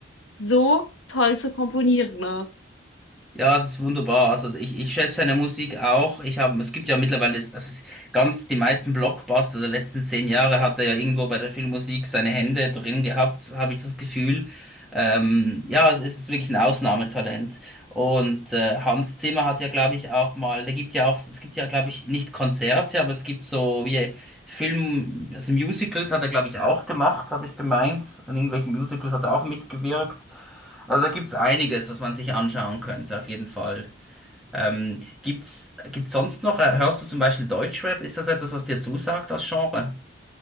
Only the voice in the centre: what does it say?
Ja, das ist wunderbar. Also ich, ich schätze seine Musik auch. Ich habe, es gibt ja mittlerweile, das- also es- ganz die meisten Blockbuster der letzten zehn Jahre hat er ja irgendwo bei der Filmmusik seine Hände drin gehabt, habe ich das Gefühl. Ähm, ja, es ist wirklich ein Ausnahmetalent. Und äh, Hans Zimmer hat ja, glaube ich, auch mal, da gibt ja auch, es gibt ja, glaube ich, nicht Konzerte, aber es gibt so wie Film, also Musicals hat er, glaube ich, auch gemacht, habe ich gemeint. An irgendwelchen Musicals hat er auch mitgewirkt. Also da gibt's einiges, was man sich anschauen könnte, auf jeden Fall. Ähm, gibt's, gibt's sonst noch, äh, hörst du zum Beispiel Deutschrap? Ist das etwas, was dir zusagt, das Genre?